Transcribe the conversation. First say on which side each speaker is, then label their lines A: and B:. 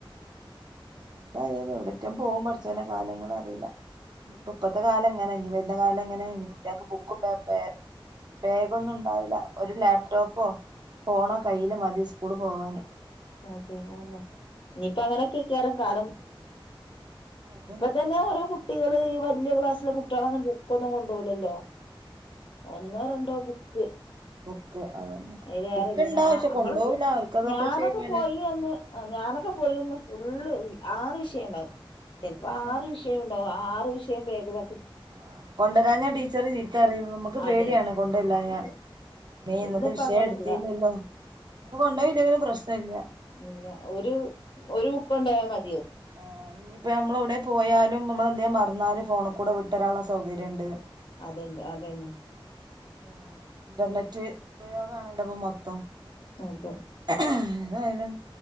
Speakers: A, on the right (about 50°); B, on the left (about 65°).
A: എവിടായാലും എവിടറ്റം പോകും പടച്ചോനെ കാലങ്ങൾ അറിയില്ല. ഇപ്പം ഇപ്പത്തെ കാലം ഇങ്ങനെ എനി വരു ന്ന കാലം എങ്ങനെ ഇനി കുട്ട്യാക്ക് ബുക്കും പേപ് പേ ബേഗൊന്നും ഉണ്ടാവില്ല ഒരു ലാപ്ടോപ്പോ ഫോണോ കയ്യില് മതി സ്കൂള് പോവാന്
B: അതെ അതെന്നെ. ഇനിയിപ്പ അങ്ങനെയേക്കാരം കാലം
A: അതന്നെ
B: ഇപ്പതന്നെ ഓരോ കുട്ടികള് ഈ വല്ല്യ ക്ലാസ്സില കുട്ടികളൊന്നും ബുക്കൊന്നും കൊണ്ടുപോകില്ലല്ലോ ഒന്നോ രണ്ടോ ബുക്ക്
A: ബുക്ക്‌ അതന്നെ
B: അയിൽ വേറെല്ല
A: ബുക്ക് ഇണ്ടാവും
B: ഞ
A: പക്ഷെ
B: നമ്മളൊക്കെ
A: കൊണ്ടോവൂല ഓൽക്കതൊക്കെ
B: ഞാനൊക്കെ
A: ഒരു ഷെയ്മേടാ
B: പോയി എന്ന് ആഹ് ഞാനൊക്കെ പോയിന്ന് ഫുള്ള് ആറ് വിഷയം ഇണ്ടാാവും ചിലപ്പോ
A: അതെ
B: ആറ് വിഷ് യാറ്റണ്ടാവും ആറു വിഷയം ബാഗിലാ
A: ആഹ് കൊണ്ടരാഞ്ഞാ ടീച്ചറ് ചീത്തറിയും നമ്മുക്ക് പേടിയാണ്
B: അതെ
A: കൊണ്ടല്ലാഞാ
B: അതെ
A: മേ
B: ഇന്നിപ്പോ
A: ഇന്നത്തെ വിഷയം
B: അങ്ങനല്ല
A: എടുത്തീല്ലല്ലോ ഇപ്പൊ കൊണ്ടോയില്ലെങ്കിലും പ്രശ്നം ഇല്ല
B: ഇല്ല ഒരു ഒരു ബുക്ക് കൊണ്ടൊയാ മത്
A: ആഹ് ഇഞ്ഞിപ്പോ നമ്മൾ ഇവിടെ പോയാലും നമ്മളെന്തേ മറന്നാലും ഫോണ്‌കൂടെ വിട്ടരാനുള്ള സൗകര്യം ഉണ്ട്
B: അതുണ്ട്‌ അതെന്നെ
A: ഓ ഇന്റർനെറ്റ് പ്രയോഗ ആണല്ലോപ്പൊ മൊത്തം
B: അതെ
A: എതായാലും